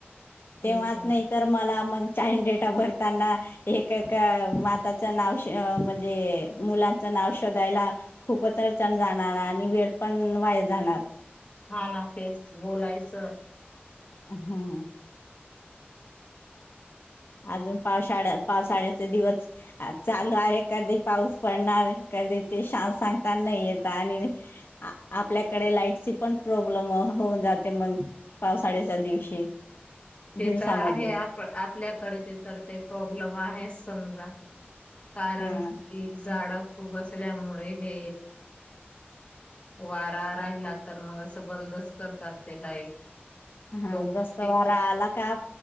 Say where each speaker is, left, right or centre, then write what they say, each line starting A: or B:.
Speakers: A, on the left; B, on the left.
A: हेच
B: तेव्हाच नाही तर मला मग चाईल्ड डेटा भरताना एक एक माताच नाव म्हणजे मुलांच नाव शोधायला खूपच अडचण जाणार आणि वेळ पण वाय जाणार.
A: हा ना तेच बोलायचं.
B: हम्म. अजून पावसाळ्या पावसाळ्याचे दिवस चालू आहे. कधी पाऊस पडणार कधी ते शान सांगता नाही येत आणि आपल्याकडे लाईट पण प्रॉब्लेम होऊन जाते मग पावसाळ्याच्या दिवशी
A: ते
B: दिवसामध्ये
A: तर आहे आप आपल्याकडे तर ते प्रॉब्लेम आहे समजा कारण
B: हा
A: की झाड बसल्यामुळे हे वारा राहिला तर मग असं बंदच करतात ते लाईट
B: हा
A: दोन
B: जस्त
A: ते
B: वारा आला का